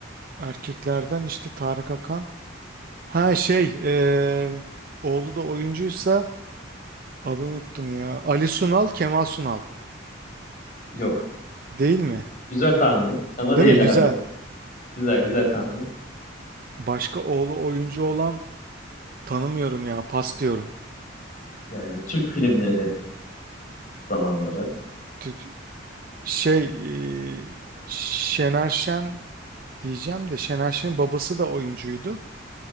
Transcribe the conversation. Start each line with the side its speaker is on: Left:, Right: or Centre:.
Right: erkeklerden işte Tarık Akan. Ha şey ee, oğlu da oyuncuysa Adını unuttum ya. Ali Sunal, Kemal Sunal.
Left: Yok.
Right: Değil mi?
Left: Güzel tahmin ama
Right: Değil
Left: değil
Right: mi? Güzel.
Left: abi. Güzel güzel tahmin.
Right: Başka oğlu oyuncu olan tanımıyorum ya. Pas diyorum.
Left: Yani Türk filmleri zamanları.
Right: Türk şey e, Şener Şen diyeceğim de Şener Şen'in babası da oyuncuydu.